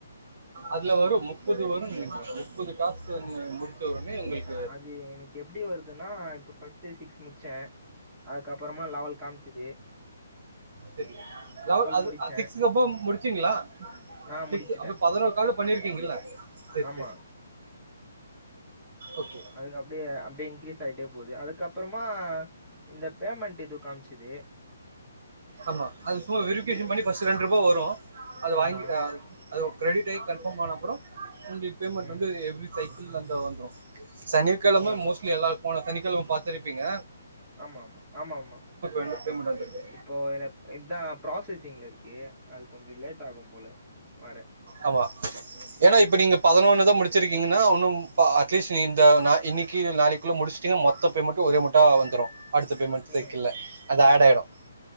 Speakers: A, on the right; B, in the centre.
A: அதுல வரும் முப்பது வரும் முப்பது டாஸ்க் முடிச்ச ஒடனே ஒங்களுக்கு
B: அது எனக்கு எப்டி வருதுன்னா இப்ப ஃபர்ஸ்ட்டு சிக்ஸ் முட்ச்சேன் அதுக அப்புறமா லவல் காமிச்சுது
A: சரி‌ லவள் அது
B: முடிச்சேன்.
A: சிக்ஸ் அப்பறம் முடிச்சிங்களா
B: ஆ
A: சிக்ஸ்
B: முடிச்சுட்டேன்.
A: அப்ப பதினோரு கால பண்ணிருக்கீங்கல்ல சேர்
B: ஆமா.
A: சேர் ஓகே
B: அதுக்கு அப்டியே அப்டியே இன்க்கிரீஸ் ஆயிட்டே போகுது அதுக்கப்புறமா இந்த பேமெண்ட் இது காமிசிது
A: ஆமா அது சும்மா வெரிபிகேஷன்
B: இ
A: பண்ணி பஸ்ட் ரெண்டு ரூபா வரும் அது
B: ஆமா.
A: வாங்கி அ அது கிரெடிட் ஆகி கன்ஃபார்ம் ஆன அப்றோம் உங்கடி பேமெண்ட்
B: ம்.
A: வந்து எவ்ரி சைக்கிள் அந்த வந்துரும் சனிக்கிழமை
B: ஓ!
A: மோஸ்ட்லி எல்லாருக்கும் போன சனிக்கிழமை பார்த்திருப்பீங்க
B: ஆமா ஆமா ஆமா ஆமா
A: வந்து பேமெண்ட் வந்துருக்கு
B: இப்போ என இதா ப்ராசஸிஙில் இருக்கு அது கொஞ்சோ லேட் ஆகும் போல வர
A: ஆமா ஏன்னா இப்ப நீங்க பதினொன்னு தான் முடிச்சிருக்கீங்கன்னா ஒன்னும் அட்லீஸ்ட் இந்த ந இன்னிக்கு நாளைக்கு அதுகுள்ள முடிச்டீங்க மொத்த பேமெண்ட் ஒரே மட்டா வந்துரும் அடுத்த பேமெண்ட் தைக்கல
B: ம்.
A: அது
B: ஓ!
A: ஆட் ஆய்டும்